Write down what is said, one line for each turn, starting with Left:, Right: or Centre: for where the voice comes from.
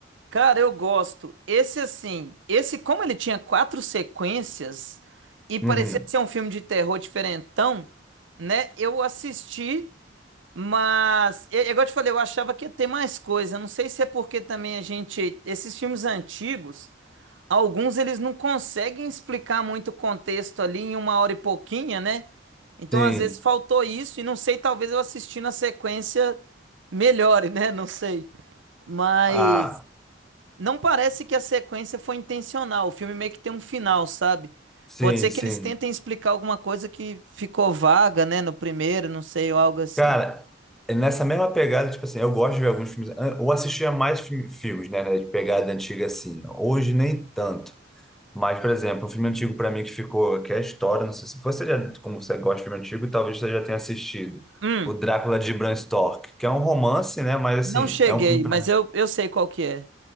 Right: Cara, eu gosto. Esse assim, esse como ele tinha quatro sequências e parecia
Centre: Uhum.
Right: ser um filme de terror diferentão, né? Eu assisti, mas é é igual eu te falei, eu achava que ia ter mais coisa. Não sei se é porque também a gente, esses filmes antigos, alguns eles não conseguem explicar muito o contexto ali em uma hora e pouquinha, né? Então
Centre: Sim.
Right: às vezes faltou isso e não sei, talvez eu assistindo a sequência melhore, né? Não sei. Mas
Centre: Ah.
Right: não parece que a sequência foi intencional. O filme meio que tem um final, sabe?
Centre: Sim,
Right: Pode ser
Centre: sim.
Right: que eles tentem explicar alguma coisa que ficou vaga, né, no primeiro, não sei, ou algo assim.
Centre: Cara, é nessa mesma pegada, tipo assim, eu gosto de ver alguns filmes, an- ou assistia mais filme- filmes, né, né, de pegada antiga assim. Hoje nem tanto. Mas, por exemplo, um filme antigo pra mim que ficou, que é a história, não sei se você já, como você gosta de filme antigo, talvez você já tenha assistido.
Right: Hum,
Centre: O Drácula de Bram Stoker, que é um romance, né, mas assim,
Right: não cheguei,
Centre: é um filme pra,
Right: mas eu, eu sei qual que é.